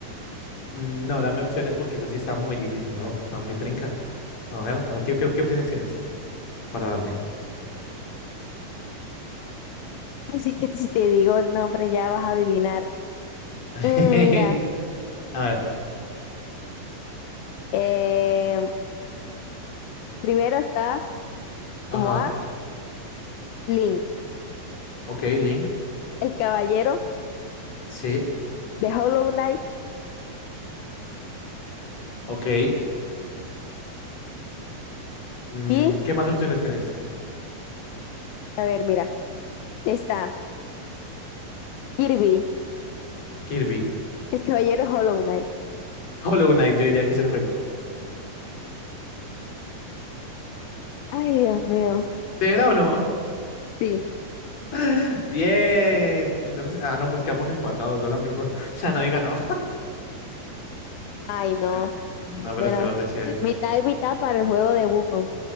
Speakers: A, on the left; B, on the left.
A: Mm, No, dame opciones porque esa sí está muy difícil, ¿no? Está muy trinca. A ver, a ver, ¿qué, qué, qué opciones tienes para darme?
B: Así es que si te digo el nombre ya vas a adivinar.
A: <laughs>
B: Mm, mira,
A: A ver.
B: eh, primero está
A: Ajá.
B: como A, Link,
A: Ok, Link.
B: el caballero
A: Sí.
B: de Hollow Knight
A: Ok. Mm,
B: y...
A: ¿qué más opciones tienes?
B: A ver, mira, está Kirby,
A: Kirby.
B: el caballero Hollow Knight.
A: <laughs> Hollow Knight, yo diría que es el juego.
B: Ay, Dios mío.
A: ¿Sí era o no?
B: Sí.
A: <laughs> Bien. Entonces, ah, no, pues quedamos empatados, no la misma. <laughs> O sea, nadie ganó.
B: Ay, no.
A: <laughs> No, pero
B: Bueno,
A: estuvo re chévere.
B: mitad y mitad para el juego de Wukong.